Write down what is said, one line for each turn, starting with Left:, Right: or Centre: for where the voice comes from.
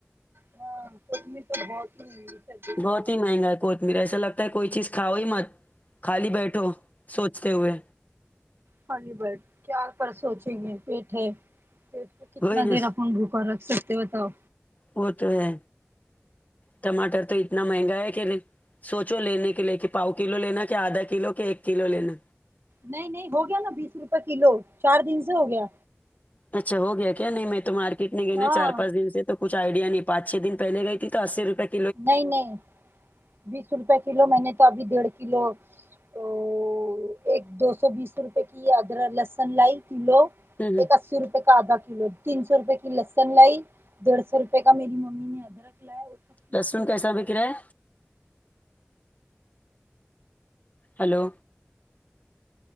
Right: ہاں کوتمر تو بہت ہی چل رہی
Left: بہت ہی مہنگا ہے کوتمیر ایسا لگتا ہے کوئی چیز کھؤ ہی مت خالی بیٹھو سوچتے ہوئے
Right: خالی بٹ کیاار پر سوچیں گے بییٹے ہے پیٹ کو کتنا
Left: وہی نا
Right: دیر اپن بھوکا رکھ سکتے بتاؤ
Left: وہ تو ہے ٹماٹر تو اتنا مہنگا ہے کہ لیے سوچو لینے کے لیے کہ پاؤ کلو لینا کہ آدھا کلو کہ ایک کلو لینا
Right: نہیں نہیں ہو گیا نا بیس روپئے کلو چار دن سے ہو گیا
Left: اچھا ہو گیا کیا نہیں میں تو مارکیٹ میں گئی نا
Right: ہاں
Left: چار پانچ دن سے توچھ آئیڈیا نہیں پانچ چھ دن پلے گ تھی تو اسی روپئے کے
Right: نہیں نہیں بیس روپے کلو میں نے تو ابھی ڈیڑھ کلو و ایک دو سو بیس روپے کی ادرک لسن لائی کلو
Left: ہوں ہوں
Right: ایک اسی روپے کا آدا کلو تین سو روپے کی لسن لائی ڈڑھ سو روپے کا میری ممی نے ادرک لایا سب پیس
Left: لسن
Right: کے رکھی
Left: کیسا بک رہا ہے hello